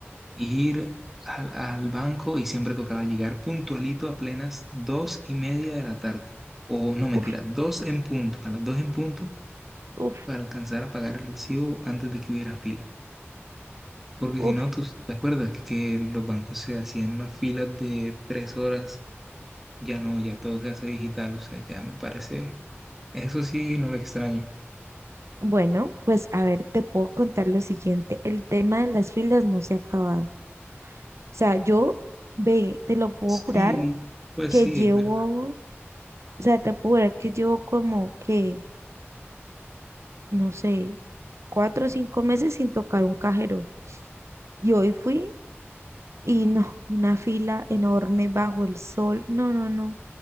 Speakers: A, in the centre; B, on the right.
A: ir al, al banco y siempre tocaba llegar puntualito a plenas dos y media de la tarde. O no, mentira,
B: Uf,
A: dos en punto, a las dos en punto
B: uf,
A: para alcanzar a pagar el recibo antes de que hubiera fila. Porque
B: uf.
A: si no, tú te acuerdas que, que los bancos se hacían unas filas de tres horas, ya no, ya todo se hace digital, o sea, ya me parece, eso sí, no lo extraño.
B: Bueno, pues a ver, te puedo contar lo siguiente. El tema de las filas no se ha acabado. O sea, yo, ve, te lo puedo
A: Sí,
B: jurar
A: pues
B: que
A: sí,
B: llevo,
A: es verdad.
B: o sea, te puedo jurar que llevo como que, no sé, cuatro o cinco meses sin tocar un cajero. Y hoy fui y no, una fila enorme bajo el sol. No, no, no,